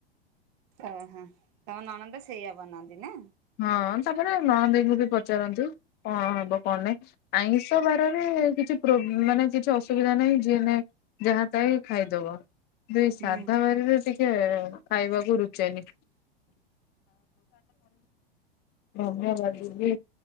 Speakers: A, on the right; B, on the left.
A: ଓହୋ ତମ ନଣନ୍ଦ ସେଇଆା ବନାନ୍ତି ନା?
B: ହଁ ତାପରେ ରଣଦେଇଙ୍କୁ ବି ପଚାରନନ୍ତୀ କଣ ହବ କଣ ନାହି। ଆଇଁଷ ବାରରେ କିଛି ପ୍ରୋ ମାନେ କିଛି ଅସୁବିଧା ନାହିଁ ଯିଏ ନାହିଁ ଯାହା ପାଇବ ଖାଇଦବ କିନ୍ତୁ ଏଇ
A: ହୁଁ।
B: ସାଧା ବାରିରେ ଏଇ ଖାଇବାକୁ ରୁଚେନି। ଧନ୍ୟବାଦ ଦିଦି